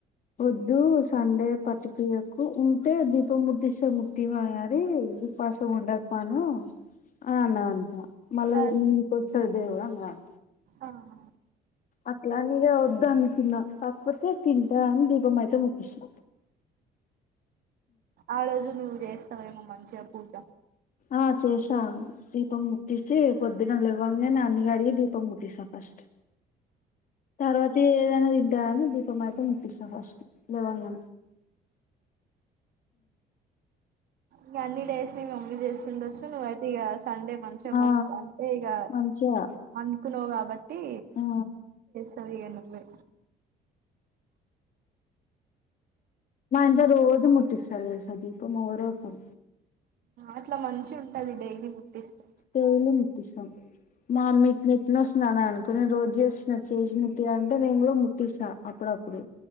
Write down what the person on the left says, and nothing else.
వద్దు సండే పతికయకు ఉంటే ది ఇప్పు ముదిశ ముట్టటి మారి ఉ పాసం ఉండ పన ఆ నంటా మళ్ళీ
మీ <unintelligible> న్నమాట
అట్లానే ఇగ వద్దనుకున్నా కాకపోతే తింటా అని దీపం అయితే ముటిస్త
ఆ చేసా దీపం ముట్టిచి పొద్దున్న లేవంగనే అన్ని కడిగి దీపం ముట్టిస్తా ఫస్ట్ తర్వాతకి ఏదనా తింటా గానీ దీపం అయితే ముటిస్తా ఫస్ట్ లేవాను
ఆ
మంచిగా
ఆ
నా ఇంతా రోజ ముటికి స సదీపమా రక్క
తేలు నితసం మా అమ్మీకి నెత్తనొస్తుంది అని అనుకుని రోజు చేసిన చేసినతే అంటే నేను కూడా ముట్టిస్తా అప్పుడప్పు